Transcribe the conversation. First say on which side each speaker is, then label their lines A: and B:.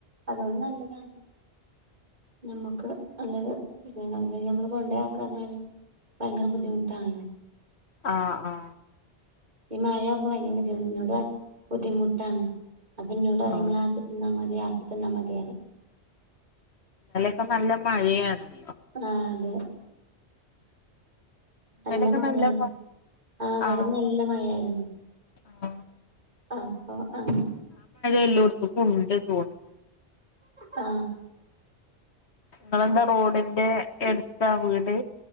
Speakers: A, on the right; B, on the left.
A: അതൊണ്ട് നല്ലതാണ് നമ്മക്ക് <unintelligible> നമ്മള് കൊണ്ടയാക്കാർഞ്ഞാല് ഭയങ്കര ബുദ്ധിമുട്ടാണ്
B: ആ ആ
A: ഈ മായവുമ്പം ഭയങ്കര കെതേട് ഇന്നോട് പർ ഞ്ഞ് ബുദ്ധിമുട്ടാണ് അപ്പിന്നോട റിം
B: ആഹ്
A: ഇങ്ങളാക്കി തന്നാ മതി ആക്കി തന്നാ മതി റിം
B: ക്കെ നല്ല മഴയാണ് <unintelligible>
A: ആ അതെ
B: ഇന്നലൊക്കെ
A: നല്ല മഴാണ്
B: മ
A: ആ ഇവടെ
B: ആഹ്
A: നല്ല മഴായിരുന്നു
B: ആഹ്
A: അപ്പൊ അ
B: എല്ലോട്ത്ത്ക്കുണ്ട് തോന്ന്
A: ആ
B: ഇങ്ങളെന്താ റോഡിന്റെ എട്ത്താ വീട്